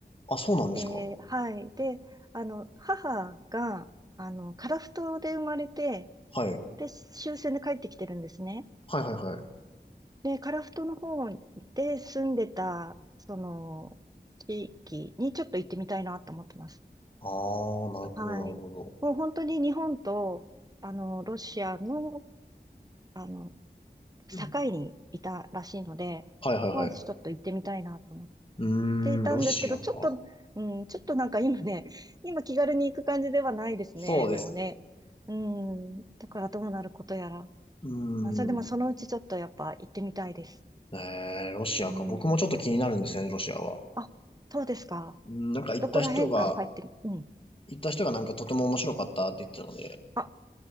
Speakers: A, on the left (about 30°); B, on the right (about 20°).
A: あ、そうなんですか。
B: えーはい。で、あの、母が、あの、樺太で生まれて、
A: はい。
B: で、終戦で帰ってきてるんですね。
A: はいはいはい。
B: で、樺太の方で住んでた、その、地域にちょっと行ってみたいなと思ってます。
A: ああ、なるほどなるほど。
B: はい。もう本当に日本と、あの、ロシアの、あの、境にいたらしいので、
A: うんはいはいはい。
B: まあ、ちょっと行ってみたいなと思っ
A: うーん、
B: ていたんですけど、
A: ロシアか。
B: ちょっと、うん、ちょっとなんか今ね、<laughs> 今気軽に行く感じではないですね、
A: そうです。
B: でもね。うん、だからどうなることやら。
A: う
B: あ、それでもそのうちちょっとやっぱ行ってみたいです。
A: ーん。えー、ロシアか。
B: うん。
A: 僕もちょっと気になるんですよね、ロシアは。
B: あ、そうですか。
A: うん、なんか行った人が、
B: どこら辺から入ってみ、うん。
A: 行った人がなんかとても面白かったって言ってたので、
B: あ、